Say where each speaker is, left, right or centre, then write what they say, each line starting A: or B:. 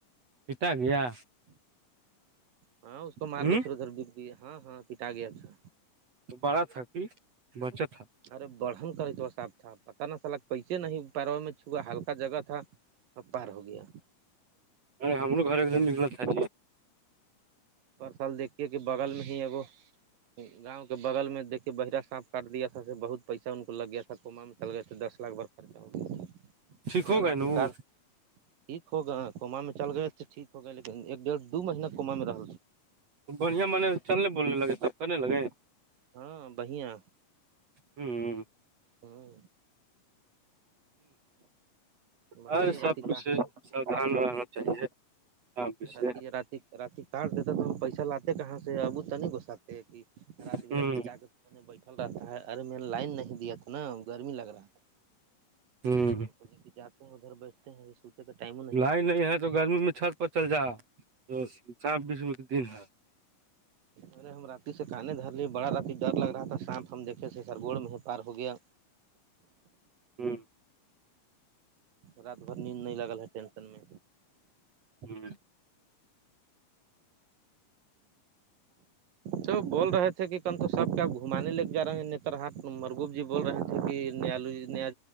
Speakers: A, on the right; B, on the right.
A: پتاا گیا
B: ہاں اس کو
A: ہوں
B: مار کے پھر ادھر بت گیا ہاں ہاں پٹا گیا اچھا
A: بڑا تھا کہ بچت تھا
B: ارے بڑھن کرے تو صاب تھا پتا ن چلا کیسے نہیں پیروا میں چھا ہلکا جگہ تھا ا پار ہو گیا
A: ہمو گھر ایک دن نکلت تھای
B: پرر سل دیکھے کہ بغل میں ہی ایکو گاؤں کے کے بغل میں دیک کے بہرہ سانف کر دیا تھا سے بہت پیسہ ان کو لگ گیا تھا کو میں چل گئے تو دس لاکھ بڑ خرچہ ہو گیا
A: ٹھیک
B: سر
A: ہو گئے نا وہ
B: کار ٹھیک ہوگا کنما میں چل گئے تو ٹھیک ہو گئے لیکن ایک ڈیڑھ دو مہینہ کوما میں رہ
A: بڑھیا منے چلنے بولنے لگے سب کرنے لگے
B: ہاں بہیا
A: ہوں
B: ہوں بتائی
A: اور
B: رات
A: سب کچھ
B: کا
A: سودودھان رہنا چاہیے ہاں پچھے
B: رات رات رات کاڈ دیتا پیسہ لاتا کہاں سے ابوت تو نہیں گ سکتے کہ رات
A: ہوں
B: برات سے جا ان بیٹھل رہتا تھا ہے ارے میں نے لائن نہیں دیا تھا نا گرمی لگ رہا تھا
A: ہوں
B: کے جاتے ہیں ادھر بیٹھتے ہیں م
A: لائن نہیں ہے تو گرمی میں چھت پر چل جا تو چار بیسو کے دن ہے
B: ارے ہم راتی سے کانے دھر لیے بڑا راتی ڈر لگ رہا تھا سانپ ہم دیکھے تھ سرگوڑ میں ہی پار ہو گیا
A: ہوں
B: رات بھر نیند نہیں لگل ہے ٹینسن میں
A: ہاں
B: تو بول رہے تھے کہ کن تو سب کا گھمانے لگے جا رہے ہیں نیتر ہاٹ مرگوب جی بول رہے تھے کہ نیال نیا